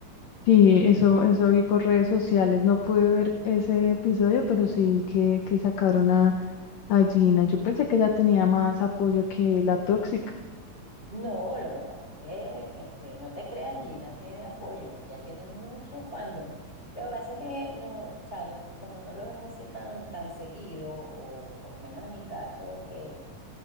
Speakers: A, on the left; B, on the left.
A: Sí, eso, eso vi por redes sociales. No pude ver ese episodio, pero sí que, que sacaron a, a Gina. Yo pensé que ella tenía más apoyo que la tóxica.
B: No, lo que pasa es que este, no te creas, Gina tiene apoyo, ella tiene mucho fandom. Lo que pasa es que no, o sea, lo- como no lo ves así tan, tan seguido, o por lo menos en mi caso, que